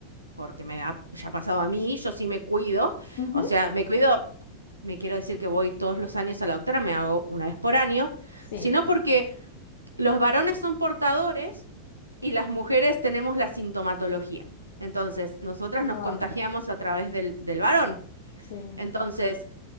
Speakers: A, on the right; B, on the left.
A: porque me ha ya ha pasado a mí, yo sí me cuido,
B: ujú,
A: o sea, me cuido, me quiero decir que voy todos los años a la doctora, me hago una vez por año,
B: sí,
A: sino porque los varones son portadores y las mujeres tenemos la sintomatología. Entonces, nosotras
B: claro,
A: nos contagiamos a través del, del varón.
B: sí,
A: Entonces,